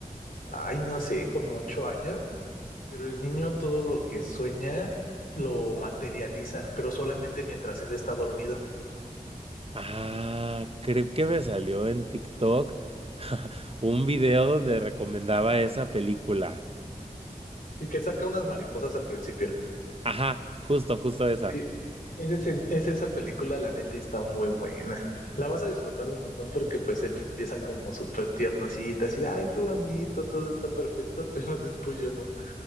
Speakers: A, on the left; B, on the right.
A: ay, no sé, como ocho años, pero el niño todo lo que sueña lo materializa, pero solamente mientras él está dormido.
B: Ah, creo que me salió en TikTok un video donde recomendaba esa película.
A: Sí, que saca unas mariposas al principio.
B: Ajá, justo, justo esa.
A: Sí, ese es en- es esa película, la neta, y está muy buena. La vas a disfrutar un montón porque pues empieza como súper tiernosita, así de, ay, qué bonito, todo está perfecto, <laughs> pero después yo no.